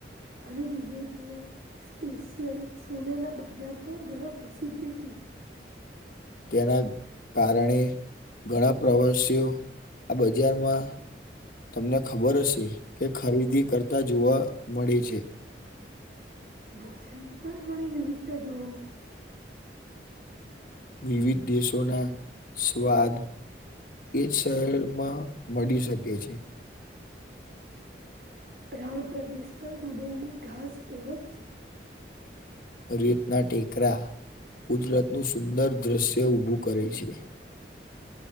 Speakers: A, on the right (about 55°); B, on the left (about 50°).
A: અને દુબઈ તો સ્પેશિયલ સોના ના બજાર પણ ઘણા પ્રસિદ્ધ છે.
B: તેના કારણે ઘણા પ્રવાસીઓ આ બજારમાં. તમને ખબર હશે કે ખરીદી કરતા જોવા મળે છે.
A: ભોજન ની પણ ઘણી વિવિધતા જોવા મળે છે.
B: વિવિધ દેશોના સ્વાદ એ શહેરમાં મળી શકે છે.
A: રણ પ્રદેશ પણ દુબઈ ની ઘાસ ઓળખ છે.
B: રીતના ટેકરા કુદરત નું સુંદર દ્રશ્ય ઊભું કરે છે.